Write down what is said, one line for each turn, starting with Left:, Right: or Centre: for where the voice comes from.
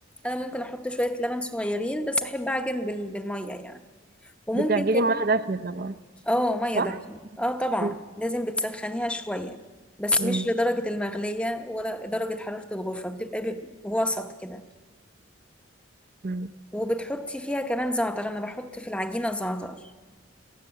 Centre: أنا ممكن أحط شوية لبن صغيرين بس أحب أعجن بال- بالمية يعني وممكن
Right: بتعجني
Centre: كمان
Right: ميه دافيه طبعا
Centre: اه ميه
Right: صح؟
Centre: دافيه اه طبعا
Right: م-
Centre: لازم بتسخنيها شويه بس
Right: م-
Centre: مش لدرجه المغليه ولا درجه حراره الغرفه بتبقى ب- وسط كده
Right: م.
Centre: وبتحطي فيها كمان زعتر انا بحط في العجينه زعتر